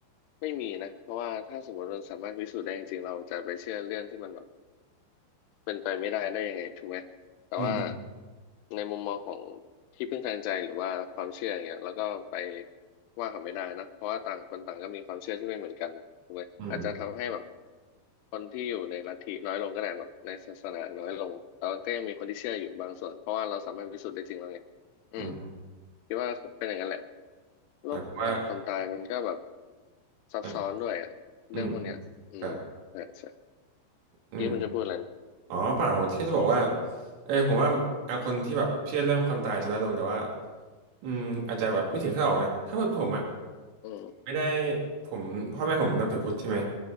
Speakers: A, on the left (about 80°); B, on the right (about 80°).
A: ไม่มีนะเพราะว่าถ้าสมมติมันสามารถพิสูจน์ได้จริงๆเราจะไปเชื่อเรื่องที่มันแบบ เป็นไปไม่ได้ได้ยังไงถูกไหมแต่ว่า
B: อืม
A: ในมุมมองของที่พึ่งทางใจหรือว่าความเชื่ออย่างเงี้ยแล้วก็ไปว่าเขาไม่ได้นะเพราะว่าต่างคนต่างก็มีความเชื่อที่ไม่เหมือนกันถูกไหมอาจจะทำให้แบบ
B: อืมอืม
A: คนที่อยู่ในลัทธิน้อยลงก็ได้แบบในศาสนาน้อยลงแต่ว่าก็ยังมีคนที่เชื่ออยู่บางส่วนเพราะว่าเราสามารถพิสูจน์ได้จริงแล้วไงอืม
B: อืม
A: คิดว่าเป็นอย่างนั้นแหละโลกหลังความตายมันก็แบบ
B: หมายถึงว่า
A: ซับซ้อนด้วยอะเรื่องพวกเนี้ยอืมใช่ใช่
B: อ่ะอืมครับอืม
A: เมื่อกี้คุณจะพูดอะไรนะ
B: อ๋อเปล่าผมแค่จะบอกว่าเออผมว่าอ่ะคนที่แบบเชื่อเรื่องความตายจะน้อยลงแต่ว่าอืมอาจจะแบบไม่ถึงขั้นออกนะถ้าเป็นผมอ่ะ
A: อืม
B: ไม่ได้ผมพ่อแม่ผมนับถือพุทธใช่ไหม